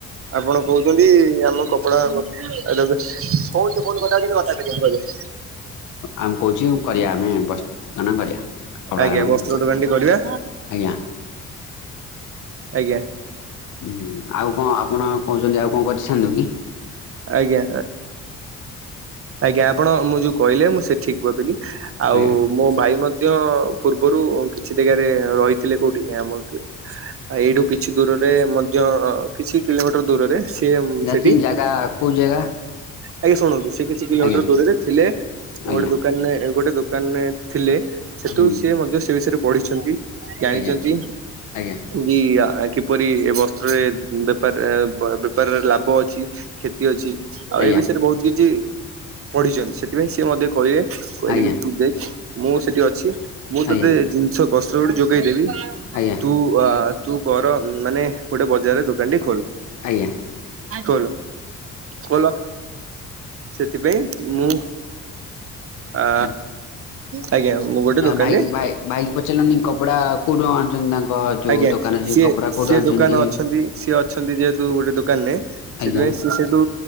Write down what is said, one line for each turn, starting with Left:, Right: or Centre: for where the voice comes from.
Right: ଆପଣ କହୁଛନ୍ତି ଆମ କପଡ଼ା <unintelligible> ଆଜ୍ଞା।
Left: ଆମ କହୁଛି କରିବା ଆମେ ବସ୍ତନ କରିବା କପଡ଼ା
Right: ଆଜ୍ଞା
Left: କରିବା
Right: ବସ୍ତ୍ର ଦୋକାନଟି କରିବା।
Left: ଆଜ୍ଞା।
Right: ଆଜ୍ଞା।
Left: ହୁଁ ଆଉ କଣ ଆପଣ କହୁଛନ୍ତି ଆଉ କଣ କରିଥାନ୍ତୁ କି?
Right: ଆଜ୍ଞା ଆଜ୍ଞା ଆପଣ ମୁଁ ଯୋଉ କହିଲେ ମୁଁ ସେଠି ଠିକ ଭାବିଲି ଆଉ
Left: ଆଜ୍ଞା।
Right: ମୋ ଭାଇ ମଧ୍ୟ ପୂର୍ବରୁ କିଛି ଜାଗାରେ ରହିଥିଲେ କୋଉଠି ଆମ ଏଇଠୁ କିଛି ଦୂରରେ ଯ କିଛି କିଲୋମିଟର ଦୂରରେ ସେି
Left: ଯାଚି
Right: ସେଠି
Left: ଜାଗା କୋଉ ଜାଗା
Right: ଆଜ୍ଞା ଶୁଣନ୍ତୁ ସେ କିଛି କିଲୋମିଟର
Left: ଆଜ୍ଞା
Right: ଦୂରରେ ଥିଲେ
Left: ଆଜ୍ଞା
Right: ଗୋଟେ ଦୋକାନରେ ଗୋଟେ ଦୋ ଦୋକାନ ରେ ଥିଲେ ସେଠୁ
Left: ହୁଁ
Right: ସିଏ ମଧ୍ୟ ସେ ବିଷୟରେ ପଢିଛନ୍ତି ଜାଣିଛନ୍ତି।
Left: ଆଜ୍ଞା ଆଜ୍ଞା
Right: କି କିପରି ଏ ବସ୍ତ୍ରରେ ବେପାର ବେପାରରେ ଲାଭ ଅଛି। କ୍ଷତି ଅଛି ଆଉ
Left: ଆଜ୍ଞା
Right: ଏ ବିଷୟରେ ବହୁତ କିଛି ପଢିଛନ୍ତି ସେଥିପାଇଁ ସିଏ ମଧ୍ୟ କହିଲେ କହିଲେ
Left: ଆଜ୍ଞା
Right: କି ତୁ ଦେ ମୁଁ ସେଠି ଅଛି ମୁଁ
Left: ଆଜ୍ଞା
Right: ତୋତେ ଜିନିଷ ବସ୍ତ୍ର ଗୋଟେ ଯୋଗେଇଦେବି
Left: ଆଜ୍ଞା ଆଜ୍ଞା
Right: ତୁ ଅ ତୁ ଘର ମାନେ ଗୋଟେ ବଜାରରେ ଦୋକାନ ଖୋଲ
Left: ଆଜ୍ଞା
Right: ଖୋଲ ଖୋଲ ସେଥିପାଇଁ ମୁଁ ଆ
Left: ଆଜ୍ଞା
Right: ଆଜ୍ଞା ମୁଁ ଗୋଟେ ଦୋକାନରେ
Left: ଭାଇକି ଭାଇ ଭାଇକି ପଚାରିଲନି କପଡା କୋଉଠୁ ଆଣୁଛନ୍ତି ତାଙ୍କ ଯୋଉ
Right: ଆଜ୍ଞା
Left: ଦୋକାନ ସେ
Right: ସିଏ
Left: କପଡା କୋଉଠୁ
Right: ସିଏ
Left: ଆଣୁଛନ୍ତି
Right: ଦୋକାନ ଅଛି ସିଏ ଅଛନ୍ତି ଯେହେତୁ ଗୋଟେ ଦୋକାନ ରେ
Left: ଆଜ୍ଞା
Right: ସେଥିପାଇଁ ସ ସେଠୁ